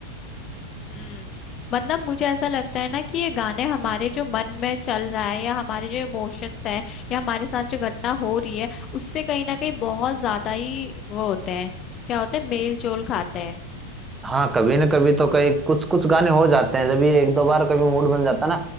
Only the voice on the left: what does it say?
हम्म मतलब मुझे ऐसा लगता है ना कि ये गाने हमारे जो मन में चल रहा है या हमारे जो इमोशंस हैं या हमारे साथ जो घटना हो रही है उससे कहीं ना कहीं बहुत ज्यादा ही वो होते हैं क्या होते हैं मेल जोल खाते हैं